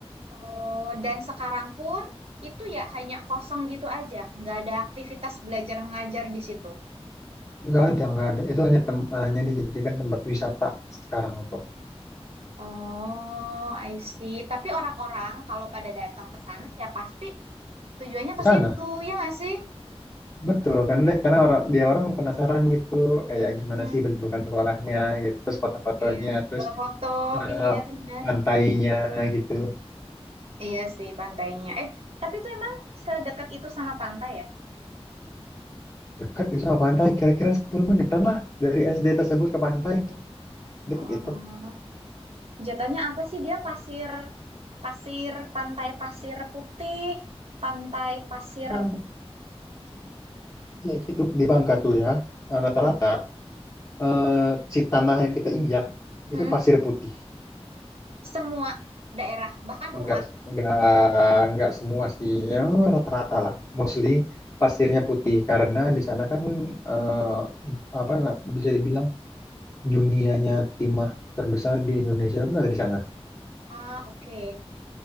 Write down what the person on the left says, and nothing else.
Nggak ada, nggak ada. Itu hanya tem- hanya dijadikan tempat wisata sekarang tuh.
Di
sana,
betul kan? Dek? Karena orang dia orang penasaran gitu, kayak gimana
sih bentukan sekolahnya gitu, terus foto-fotonya,
terus
eh,
pantainya gitu.
Dekat itu sama pantai, kira-kira 10 menitan lah dari SD tersebut ke pantai. Dekat
itu.
Emang, ya gitu, di Bangka tuh ya, rata-rata. eh, si tanah yang kita injak itu
pasir putih.
Enggak,
enggak, enggak semua sih, ya, rata-rata lah. Mostly pasirnya putih karena di sana kan eh, apa na- bisa dibilang dunianya timah terbesar di Indonesia kan ada di sana.